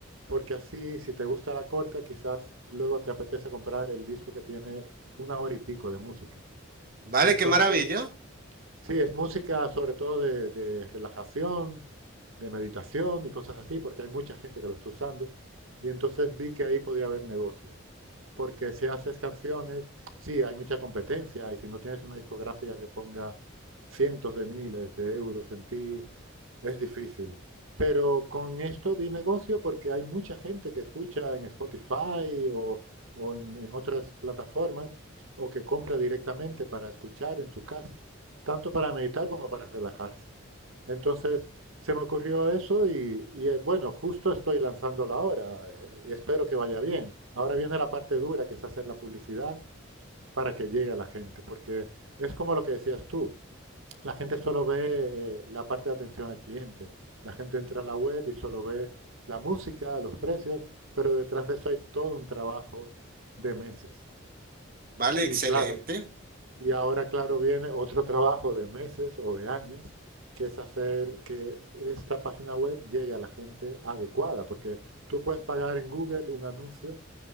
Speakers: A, on the right; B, on the right.
A: porque así si te gusta la corta, quizás luego te apetece comprar el disco que tiene una hora y pico de música.
B: Vale,
A: Y entonces,
B: qué maravilla.
A: sí, es música sobre todo de, de relajación, de meditación y cosas así, porque hay mucha gente que lo está usando, y entonces vi que ahí podía haber negocio porque si haces canciones, sí, hay mucha competencia y si no tienes una discográfica que ponga cientos de miles de euros en ti, es difícil. Pero con esto vi negocio porque hay mucha gente que escucha en Spotify o, o en, en otras plataformas o que compra directamente para escuchar en su casa, tanto para meditar como para relajarse. Entonces se me ocurrió eso y, y, eh, bueno, justo estoy lanzándolo ahora eh, y espero que vaya bien. Ahora viene la parte dura, que es hacer la publicidad para que llegue a la gente, porque es como lo que decías tú, la gente solo ve eh, la parte de atención al cliente, la gente entra a la web y solo ve la música, los precios, pero detrás de eso hay todo un trabajo de meses.
B: Vale,
A: Y
B: excelente.
A: claro, y ahora, claro, viene otro trabajo de meses o de años, que es hacer que esta página web llegue a la gente adecuada, porque tú puedes pagar en Google un anuncio